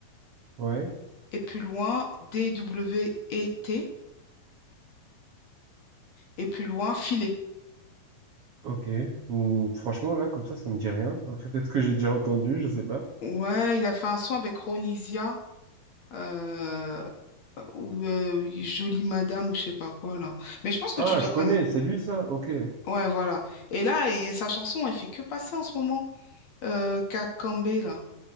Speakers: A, on the right (about 60°); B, on the left (about 55°).
A: Ouais.
B: et plus loin, D-W-E-T, et plus loin, Filet.
A: Ok. Ou franchement, là, comme ça, ça me dit rien. Après, peut-être que j'ai déjà entendu, je sais pas.
B: Ouais, il a fait un son avec Ronisia, euh, ou euh, Jolie Madame, ou je sais pas quoi, là. Mais je pense que
A: Ah,
B: tu dois
A: je
B: connaître.
A: connais, c'est lui, ça? Ok.
B: Ouais, voilà. Et là, il- sa chanson, elle fait que passer en ce moment. euh, qu'a campé, là,